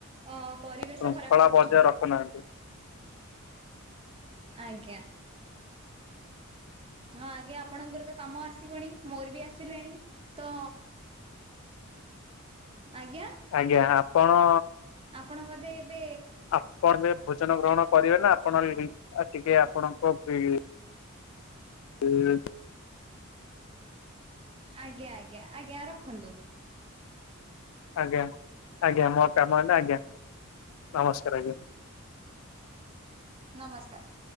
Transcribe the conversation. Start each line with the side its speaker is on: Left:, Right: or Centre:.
Right: ଅ ପରିବେଶ
Left: ଶୃଙ୍ଖଳା
Right: ଖରାପ କରୁଛନ୍ତି
Left: ବଜାୟ ରଖୁନାହାନ୍ତି।
Right: ଆଜ୍ଞା। ହଁ ଆଗେ ଆପଣଙ୍କର ତ କାମ ଆସିବନି ମୋର ବି ଆସିଲେଣି? ତ ଆଜ୍ଞା
Left: ଆଜ୍ଞା ଆପଣ
Right: ଆପଣ ବୋଧେ ଏବେ
Left: ଆପଣ ଯେ ଭୋଜନ ଗ୍ରହଣ କରିବେ ନା ଆପଣ ଟିକେ ଆପଣଙ୍କ <unintelligible> ହୁଁ।
Right: ଆଜ୍ଞା ଆଜ୍ଞା ଆଜ୍ଞା ରଖନ୍ତୁ।
Left: ଆଜ୍ଞା ଆଜ୍ଞା ମୋର କାମ ହେଲା ଆଜ୍ଞା ନମସ୍କାର ଆଜ୍ଞା।
Right: ନମସ୍କାର।